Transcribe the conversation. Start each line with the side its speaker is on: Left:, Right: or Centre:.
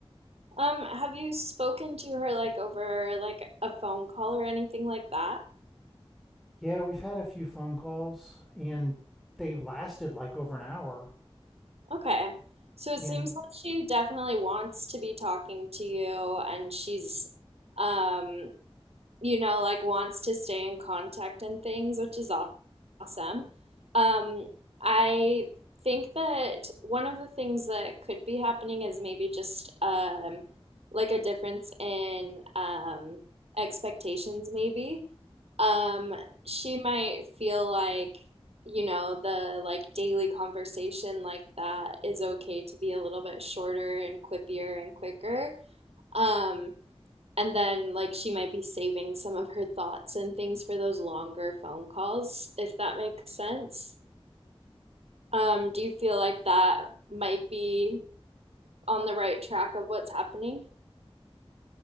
Right: Um, have you spoken to her like over like a phone call or anything like that?
Centre: Yeah, we've had a few phone calls and they lasted like over an hour.
Right: Okay. So it
Centre: And
Right: seems like she definitely wants to be talking to you and she's um you know like wants to stay in contact and things, which is aw- awesome. Um I think that one of the things that could be happening is maybe just um like a difference in um expectations maybe. Um she might feel like you know, the like daily conversation like that is okay to be a little bit shorter and quippier and quicker. Um, and then like she might be saving some of her thoughts and things for those longer phone calls, if that makes sense. Um, do you feel like that might be on the right track of what's happening?